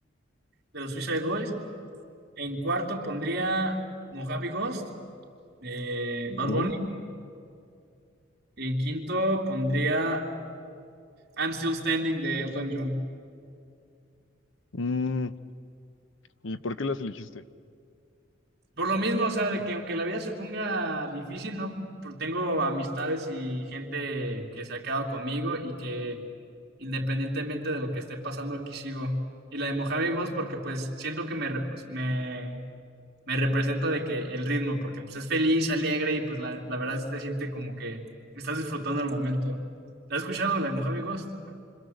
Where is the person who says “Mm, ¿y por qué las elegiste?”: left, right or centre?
Left